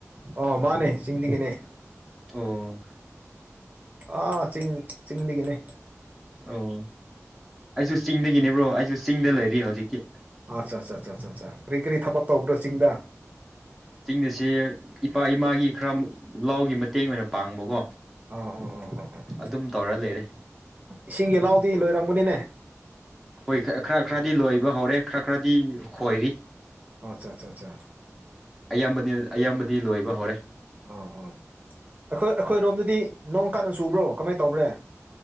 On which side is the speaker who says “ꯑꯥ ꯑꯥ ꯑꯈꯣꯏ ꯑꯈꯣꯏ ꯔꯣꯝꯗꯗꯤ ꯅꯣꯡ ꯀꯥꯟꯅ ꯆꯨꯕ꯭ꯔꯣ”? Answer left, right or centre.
Right